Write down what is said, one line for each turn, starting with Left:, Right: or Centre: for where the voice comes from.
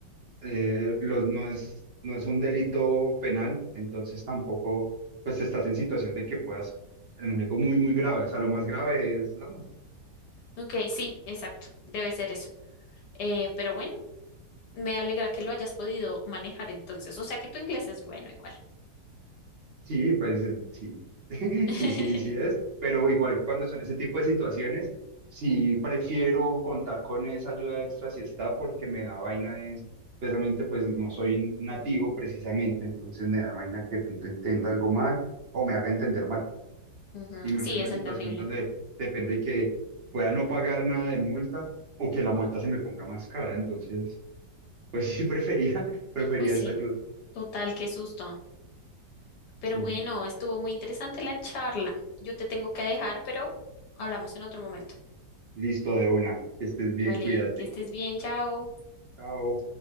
Right: eh, los, no es, no es un delito penal, entonces tampoco, pues estás en situación de que puedas, en algo muy, muy grave, o sea, lo más grave es la multa.
Left: Ok, sí, exacto, debe ser eso. Eh, pero bueno, me alegra que lo hayas podido manejar entonces. O sea que tu inglés es bueno igual.
Right: Sí, pues eh, sí, <laughs>
Left: <laughs>
Right: sí, sí, sí es, pero igual cuando son ese tipo de situaciones, sí prefiero contar con esa ayuda extra si está, porque me da vaina es, precisamente pues no soy nativo precisamente, entonces me da vaina que de pronto entienda algo mal o me haga entender mal,
Left: Ujú,
Right: y me
Left: Sí,
Right: hace una
Left: es
Right: situación
Left: entendible.
Right: donde depende que pueda no pagar nada de multa o que la multa se me ponga más cara, entonces pues <laughs> sí prefería, prefería
Left: Uy, sí,
Right: esa ayuda,
Left: total, qué susto. Pero
Right: sí,
Left: bueno, estuvo muy interesante la charla. Yo te tengo que dejar, pero hablamos en otro momento.
Right: listo de una, que estés bien,
Left: Vale,
Right: cuídate,
Left: que estés bien, chao.
Right: chao.